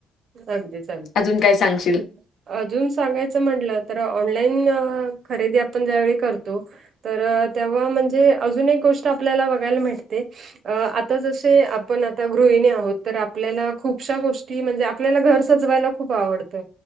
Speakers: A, on the right; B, on the left.
A: चालते चालते
B: अजून काय सांगशील?
A: आ. अजून सांगायचं म्हटलं तर ऑनलाईन खरेदी आपण ज्यावेेळी करतो. तर तेव्हा म्हणजे अजून एक गोष्ट आपल्याला बघायला भेटते. अ आता जसे आपण आता गृहिणी आहोत तर आपल्याला खूपशा गोष्टी म्हणजे. आपल्याला घर सजवायला खूप आवडतं